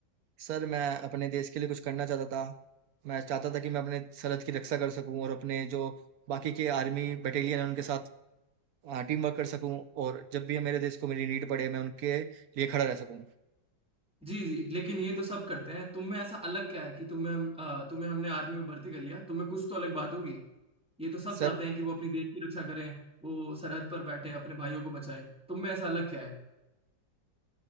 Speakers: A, on the right (about 65°); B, in the centre.
A: Sir मैं अपने देश के लिए कुछ करना चाहता था मैं चाहता था कि मैं अपने सरहद की रक्षा कर सकूं और अपने जो बाकी के आर्मी बटालियन है उनके साथ टीम वर्क कर सकूं और जब भी मेरे देश को मेरी नीड पड़े मैं उनके लिए खड़ा रह सकूं
B: जी जी लेकिन ये तो सब करते हैं तुम में ऐसा अलग क्या है कि तुम्हें हम अ, तुम्हें हमने आर्मी में भर्ती कर लिया तुम्हें कुछ तो अलग बात होगी ये तो सब
A: सर
B: चाहते हैं कि वो अपनी देश की रक्षा करें वो सरहद पर बैठे अपने भाइयों को बचाएं तुम में ऐसा अलग क्या है